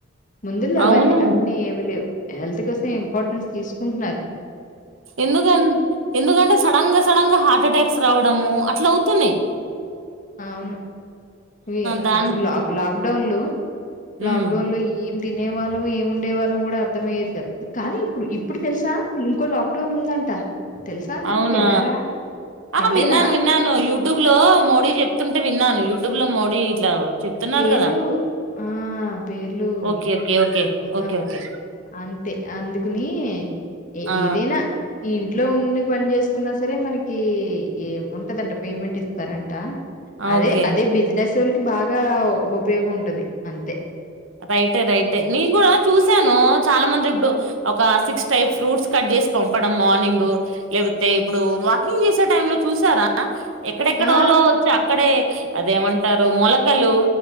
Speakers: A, on the left; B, on the right.
A: ముందులో అవన్నీ
B: అవును
A: అవన్నీ ఏమ్లేమ్ హెల్త్ కోసం ఇంపార్టెన్స్ తీసుకుంటున్నార్
B: ఎందుకన్ ఎందుకంటే సడన్గా సడన్గా హార్టటాక్స్ రావడము అట్లా అవుతున్నాయ్
A: అవును వి
B: దాన్
A: అప్పుడు లాక్ లాక్డౌన్లో లాక్డౌన్
B: ఉమ్
A: లో ఏ ఏం తినే వాళ్ళము ఏం ఉండే వాళ్ళం కూడా అర్థం అయ్యేది కదా కానీ ఇప్పుడు ఇప్పుడు తెల్సా ఇంకో లాక్డౌన్ ఉందంట తెలుసా మీకు
B: అవునా
A: విన్నారా
B: ఆ
A: వినలేదా
B: విన్నాను విన్నాను యు యూట్యూబ్లో మోడీ చెప్తుంటే విన్నాను. యూట్యూబ్లో మోడీ ఇట్లా చెప్తున్నారు
A: పేర్లు
B: కదా?
A: ఆ పేర్లు
B: ఓకే ఓకే ఓకే
A: ఆ
B: ఓకే ఓకే
A: అంతే అందుకుని ఏ
B: ఆ
A: ఏదైనా ఈ ఇంట్లో ఉన్ ఎందుకు పనిజేస్కున్నా సరే మనకి ఇ ఉంటదంట పేమెంటిస్తారంట.
B: ఆ!
A: అదే
B: ఓకే
A: అదే బిజినెసోళ్ళకి బాగా ఉపయోగం ఉంటది అంతే
B: రైటె రైటె నేను కూడా చూసాను చాలా మంది ఇప్పుడు ఒక సిక్స్ టైప్ ఫ్రూట్స్ కట్ చేస్ పంపడం మార్నింగ్ లేకపోతే ఇప్పుడు వాకింగ్ చేసే టై లో చూసారా ఎక్కడెక్కడోల్లో
A: ఆ
B: వచ్చి అక్కడే అదేమంటారు మొలకలు